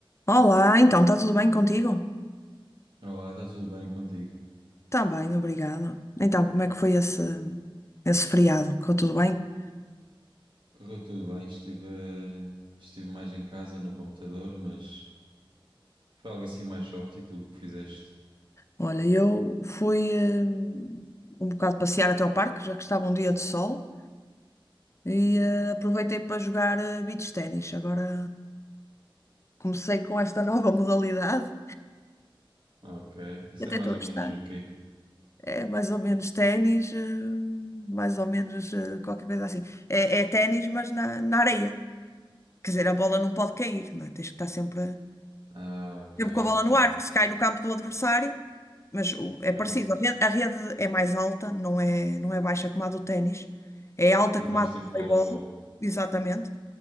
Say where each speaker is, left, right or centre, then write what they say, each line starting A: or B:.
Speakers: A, on the left; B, on the right.
A: Olá, então, está tudo bem contigo?
B: Olá, está tudo bem contigo?
A: Está bem, obrigada. Então, como é que foi esse, esse feriado? Ficou tudo bem?
B: Correu tudo bem, estive, eh, estive mais em casa no computador, mas foi algo assim mais soft e tu que fizeste.
A: Olha, eu fui eh, um bocado passear até ao parque, já que estava um dia de sol, e eh, aproveitei para jogar eh, beach ténis. Agora comecei com esta nova <laughs> modalidade
B: Ok, isso
A: e até
B: é mais
A: estou
B: ou
A: a gostar.
B: menos o quê?
A: É mais ou menos ténis, eh, mais ou menos eh, qualquer coisa assim. É, é ténis, mas na, na areia. Quer dizer, a bola não pode cair, não é? Tens que estar sempre. a-
B: Ah, ok,
A: Sempre com a bola
B: ok.
A: no ar, porque se cai no campo do adversário, mas o- é parecido.
B: É mais,
A: A rede, a rede é mais alta, não é, não é baixa como a do ténis. É alta
B: é
A: como
B: mais
A: a do
B: tipo
A: voleibol,
B: voleibol.
A: exatamente.